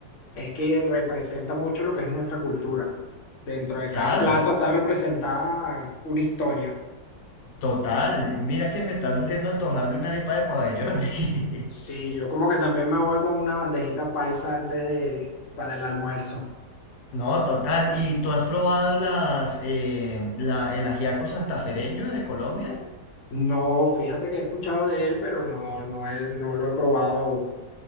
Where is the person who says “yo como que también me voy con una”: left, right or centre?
Left